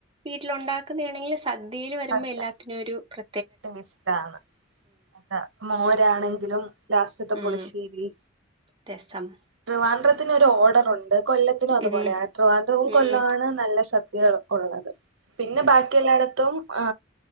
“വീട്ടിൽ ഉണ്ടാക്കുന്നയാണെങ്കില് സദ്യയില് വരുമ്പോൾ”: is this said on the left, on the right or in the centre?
Right